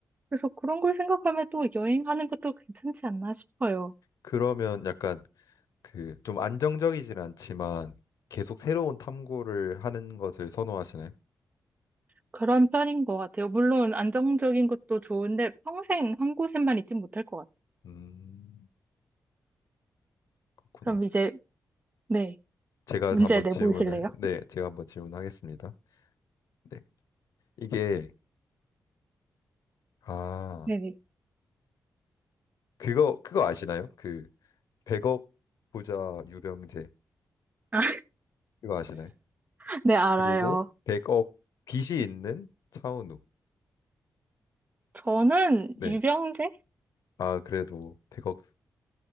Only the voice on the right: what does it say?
그래서 그런 걸 생각하면 또 여행하는 것도 괜찮지 않나 싶어요.
그런 편인 것 같아요. 물론 안정적인 것도 좋은데 평생 한 곳에만 있진 못할 것 같아요.
그럼 이제, 네,
문제
내보실래요?
네네.
아,
<laughs> 네, 알아요.
저는
유병재?